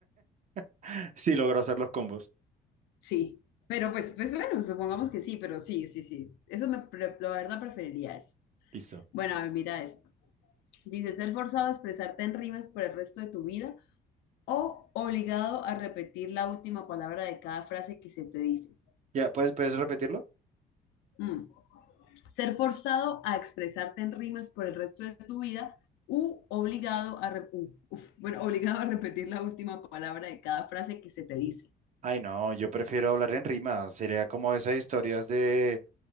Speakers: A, on the right; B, on the left.
A: <laughs> Sí, logro hacer los combos.
B: Sí, pero pues, pues bueno, supongamos que sí, pero sí, sí, sí. Eso me, pre- la verdad preferiría eso.
A: Listo.
B: Bueno, a ver, mira esto. Dice, ser forzado a expresarte en rimas por el resto de tu vida o obligado a repetir la última palabra de cada frase que se te dice.
A: ¿Ya puedes, puedes repetirlo?
B: Mm. Ser forzado a expresarte en rimas por el resto de tu vida u obligado a, re- u- uf, bueno, <laughs> obligado a repetir la última palabra de cada frase que se te dice.
A: Ay, no, yo prefiero hablar en rima. Sería como esas historias de,